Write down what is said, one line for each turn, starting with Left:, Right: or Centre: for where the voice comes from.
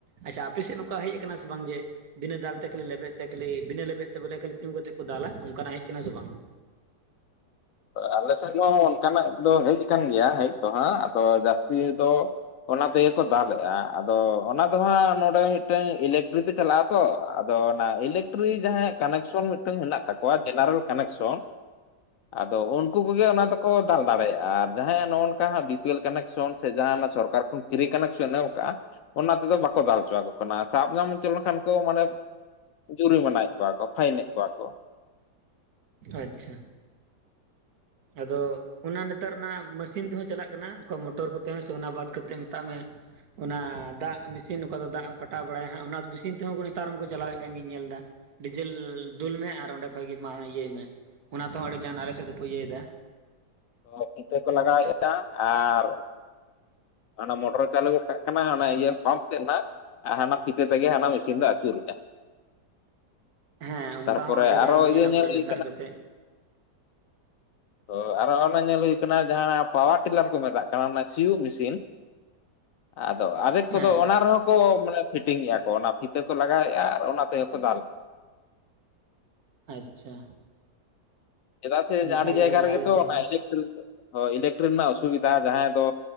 Right: ᱟᱪᱪᱷᱟ ᱟᱯᱮ ᱥᱮᱫ ᱦᱚᱸ ᱚᱱᱠᱟ ᱦᱮᱡ ᱟᱠᱟᱱᱟ ᱥᱮ ᱵᱟᱝ ᱜᱮ ᱵᱤᱱᱟᱹ ᱫᱟᱞ ᱛᱮ ᱠᱷᱟᱹᱞᱤ ᱞᱮᱵᱮᱫ ᱛᱮ ᱠᱷᱟᱹᱞᱤ ᱵᱤᱱᱟᱹ ᱞᱮᱵᱮᱫ ᱛᱮ ᱵᱚᱞᱮ ᱠᱷᱟᱹᱞᱤ ᱛᱤᱸᱜᱩ ᱠᱟᱛᱮᱫ ᱫᱟᱞᱟ ᱚᱱᱠᱟᱱᱟᱜ ᱦᱮᱸᱡ ᱟᱠᱟᱱᱟ ᱥᱮ ᱵᱟᱝ
Left: ᱟᱞᱮ ᱥᱮᱫ ᱦᱚᱸ ᱚᱱᱠᱟᱱᱟᱜ ᱫᱚ ᱦᱮᱡ ᱟᱠᱟᱱ ᱜᱮᱭᱟ ᱦᱮᱡ ᱫᱚ ᱦᱟᱸᱜ ᱟᱫᱚ ᱡᱟᱹᱥᱛᱤ ᱫᱚ ᱚᱱᱟ ᱛᱮᱜᱮ ᱠᱚ ᱫᱟᱞᱮᱜᱼᱟ ᱟᱫᱚ ᱚᱱᱟ ᱫᱚ ᱦᱟᱸᱜ ᱱᱚᱰᱮ ᱢᱤᱫᱴᱟᱹᱝ ᱤᱞᱮᱠᱴᱨᱤ ᱛᱮ ᱪᱟᱞᱟᱜᱼᱟ ᱛᱚ ᱟᱫᱚ ᱚᱱᱟ ᱤᱞᱮᱠᱴᱤᱨᱤ ᱡᱟᱦᱟᱸᱭᱟᱜ ᱠᱟᱱᱮᱠᱥᱚᱱ ᱢᱤᱫᱴᱟᱝ ᱦᱮᱱᱟᱜ ᱛᱟᱠᱚᱣᱟ ᱡᱮᱱᱟᱨᱮᱞ ᱠᱟᱱᱮᱠᱥᱚᱱ ᱟᱫᱚ ᱩᱱᱠᱩ ᱠᱚᱜᱮ ᱚᱱᱟ ᱫᱚᱠᱚ ᱫᱟᱞ ᱫᱟᱲᱮᱭᱟᱜᱼᱟ ᱟᱨ ᱡᱟᱦᱟᱸᱭᱟᱜ ᱱᱚᱜᱼᱚᱭ ᱱᱚᱝᱠᱟᱟᱸᱜ ᱵᱤᱯᱤ ᱮᱞ ᱠᱟᱱᱮᱠᱥᱚᱱ ᱥᱮ ᱡᱟᱦᱟᱱᱟᱜ ᱥᱚᱨᱠᱟᱨ ᱠᱷᱚᱱ ᱠᱤᱨᱤ ᱠᱟᱱᱮᱠᱥᱚᱱ ᱚᱠᱟ ᱚᱱᱟ ᱛᱮᱫᱚ ᱵᱟᱠᱚ ᱫᱟᱞ ᱦᱚᱪᱚᱣᱟ ᱠᱚ ᱠᱟᱱᱟ ᱥᱟᱵ ᱧᱟᱢ ᱦᱚᱪᱚ ᱞᱮᱱᱠᱷᱟᱱ ᱠᱚ ᱢᱟᱱᱮ ᱡᱩᱨᱤ ᱢᱟᱱᱟᱭᱮᱫ ᱠᱚᱣᱟ ᱠᱚ ᱯᱷᱟᱭᱤᱱᱮᱫ ᱠᱚᱣᱟ ᱠᱚ
Right: ᱟᱪᱪᱷᱟ ᱟᱫᱚ ᱚᱱᱟ ᱱᱮᱛᱟᱨ ᱚᱱᱟ ᱢᱮᱥᱤᱱ ᱛᱮᱦᱚᱸ ᱪᱟᱞᱟᱜ ᱠᱟᱱᱟ ᱚᱠᱟ ᱢᱚᱴᱚᱨ ᱠᱚᱛᱮ ᱦᱚᱸ ᱥᱮ ᱚᱱᱟ ᱵᱟᱫ ᱠᱟᱛᱮᱫ ᱢᱮᱛᱟᱜ ᱢᱮ ᱚᱱᱟ ᱫᱟᱜ ᱢᱮᱥᱤᱱ ᱚᱠᱟ ᱫᱚ ᱫᱟᱜ ᱮᱢ ᱯᱟᱴᱟᱣ ᱵᱟᱲᱟᱭᱟ ᱦᱟᱸᱜ ᱚᱱᱟ ᱢᱮᱥᱤᱱ ᱛᱮᱦᱚᱸ ᱱᱮᱛᱟᱨ ᱢᱟᱠᱚ ᱪᱟᱞᱟᱣᱮᱫ ᱠᱟᱱ ᱜᱤᱧ ᱧᱮᱞ ᱮᱫᱟ ᱰᱤᱡᱮᱞ ᱫᱩᱞ ᱢᱮ ᱟᱨ ᱚᱸᱰᱮ ᱠᱷᱚᱡᱜᱮ ᱢᱟ ᱤᱭᱟᱹᱭ ᱢᱮ ᱚᱱᱟ ᱛᱮᱦᱚᱸ ᱟᱹᱰᱤ ᱜᱟᱱ ᱟᱞᱮ ᱥᱮᱫ ᱫᱚᱠᱚ ᱤᱭᱟᱹᱭᱮᱫᱟ
Left: ᱛᱚ ᱚᱱᱛᱮ ᱠᱚ ᱞᱟᱜᱟᱣᱮᱫᱼᱟ ᱟᱨ ᱚᱱᱟ ᱢᱚᱴᱚᱨᱮ ᱪᱟᱹᱞᱩ ᱜᱚᱫ ᱠᱟᱜ ᱠᱟᱱᱟ ᱚᱱᱟ ᱤᱭᱟᱹ ᱯᱟᱢᱯ ᱛᱮᱫ ᱱᱷᱟᱜ ᱚᱱᱟ ᱯᱷᱤᱛᱟᱹ ᱛᱮᱜᱮ ᱦᱟᱱᱟ ᱢᱮᱥᱤᱱ ᱫᱚ ᱟᱹᱪᱩᱨᱚᱜᱼᱟ
Right: ᱦᱮᱸ ᱚᱱᱠᱟ
Left: ᱛᱟᱨᱯᱚᱨᱮ
Right: ᱦᱚᱸ ᱟᱹᱰᱤ
Left: ᱟᱨᱚ
Right: ᱜᱟᱱ ᱧᱮᱞᱚᱜ
Left: ᱤᱭᱟᱹ ᱧᱮᱞ
Right: ᱠᱟᱱᱟ ᱱᱮᱛᱟᱨ
Left: ᱦᱩᱭ
Right: ᱠᱟᱛᱮᱜ
Left: ᱛᱚ ᱟᱨᱚ ᱚᱱᱟ ᱧᱮᱞ ᱦᱩᱭ ᱠᱟᱱᱟ ᱡᱟᱦᱟᱸ ᱯᱟᱣᱟᱨ ᱴᱤᱞᱟᱨ ᱠᱚ ᱢᱮᱛᱟᱜ ᱠᱟᱱᱟ ᱚᱱᱟ ᱥᱤᱭᱩᱜ ᱢᱮᱥᱤᱱ
Right: <unintelligible>
Left: ᱟᱫᱚ ᱟᱫᱷᱮᱠ ᱠᱚᱫᱚ
Right: ᱦᱮᱸ
Left: ᱚᱱᱟ ᱨᱮᱦᱚᱸ ᱠᱚ ᱢᱟᱱᱮ ᱯᱷᱤᱴᱤᱝᱮᱫᱼᱟ ᱠᱚ ᱚᱱᱟ ᱦᱤᱛᱟᱹ ᱠᱚ ᱞᱟᱜᱟᱣᱮᱫᱼᱟ ᱟᱨ ᱚᱱᱟ ᱛᱮᱜᱮ ᱠᱚ ᱫᱟᱞ
Right: ᱟᱪᱪᱷᱟ
Left: ᱪᱮᱫᱟᱜ ᱥᱮ ᱡᱮ
Right: ᱚᱱᱠᱟ
Left: ᱟᱹᱰᱤ
Right: ᱜᱮ
Left: ᱡᱟᱭᱜᱟ
Right: ᱱᱚᱜᱼᱚᱭ
Left: ᱨᱮᱜᱮ
Right: ᱟᱞᱮ
Left: ᱛᱚ
Right: ᱥᱮᱫ
Left: ᱚᱱᱟ
Right: ᱦᱚᱸ
Left: ᱤᱞᱮᱠᱴᱤᱨᱤ ᱦᱚᱭ ᱤᱞᱮᱠᱴᱤᱨᱤ ᱨᱮᱱᱟᱜ ᱚᱥᱩᱵᱤᱫᱷᱟ ᱡᱟᱦᱟᱸ ᱫᱚ